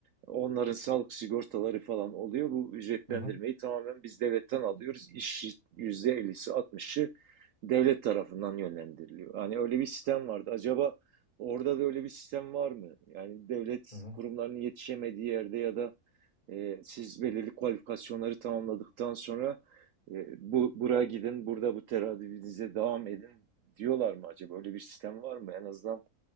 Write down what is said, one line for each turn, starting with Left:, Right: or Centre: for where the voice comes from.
Right: Onların sağlık sigortaları falan oluyor. Bu ücretlendirmeyi
Left: hı hı.
Right: tamamen biz devletten alıyoruz. İş yüzde 50'si 60'ı devlet tarafından yönlendiriliyor. Hani öyle bir sistem vardı. Acaba orada da öyle bir sistem var mı? Yani devlet
Left: hı.
Right: kurumlarının yetişemediği yerde ya da e, siz belirli kualifikasyonları tamamladıktan sonra e, bu buraya gidin, burada bu teradüvinize devam edin diyorlar mı acaba? Öyle bir sistem var mı? En azından